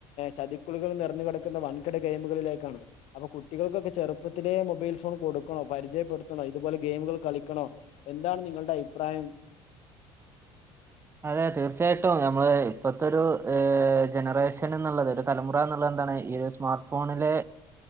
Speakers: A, on the left; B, on the right.
A: ചതിക്കുളികൾ നിറഞ്ഞ കിടക്കുന്ന വൻകിട ഗെയിമുകളിലേക്കാണ് അപ്പൊ കുട്ടികൾക്കൊക്കെ ചെറുപ്പ ഇപ്പത്തിലെ മൊബൈൽ ഫോൺ കൊടുക്കണോ പരിചയപ്പെടുത്തണോ ഇതുപോലെ ഗെയിമുകൾ കളിക്കണോ എന്താണ് നിങ്ങളുടെ അഭിപ്രായം
B: അതെ തീർച്ചയായിട്ടും നമ്മള് ഇപ്പഴത്തെ ഒരു ജനറേഷൻ എന്നുള്ളത് ഒരു തലമുറ എന്നുള്ളത് എന്താണ് ഈ ഒരു സ്മാർട്ട് ഫോണിലെ